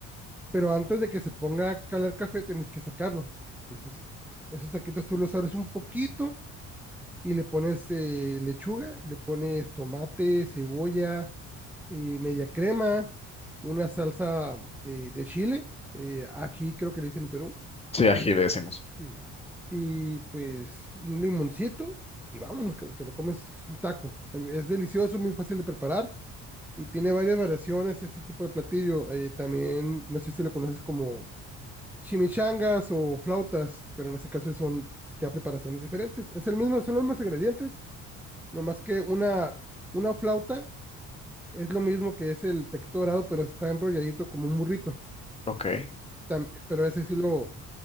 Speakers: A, in the centre; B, on the left.
A: pero antes de que se ponga a calar café tienes que sacarlo. Entonces, esos taquitos tú los abres un poquito y le pones eh, lechuga, le pones tomate, cebolla, eh, media crema, una salsa de, de chile, eh, aquí creo que le dicen en Perú,
B: Sí, ají le decimos.
A: y, y, pues un limoncito y vámonos, que te lo comes, es un taco. Em, Es delicioso, muy fácil de preparar y tiene varias variaciones este tipo de platillo. eh, también, no sé si lo conoces como chimichangas o flautas, pero en este caso son ya preparaciones diferentes. Es el mismo, son los mismos ingredientes, nomás que una, una flauta es lo mismo que es el taquito dorado, pero está enrolladito como un burrito.
B: Ok.
A: Tam- pero ese sí lo,